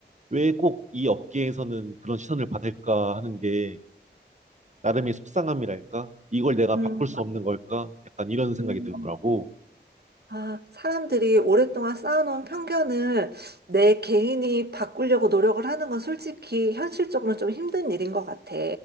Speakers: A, on the right (about 40°); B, on the right (about 60°).
A: 왜 꼭 이 업계에서는 그런 시선을 받을까 하는 게 나름의 속상함이랄까? 이걸 내가
B: 음,
A: 바꿀 수 없는 걸까? 약간 이런 생각이
B: 음.
A: 들더라고.
B: 아, 사람들이 오랫동안 쌓아놓은 편견을 내 개인이 바꾸려고 노력을 하는 건 솔직히 현실적으로 좀 힘든 일인 것 같아.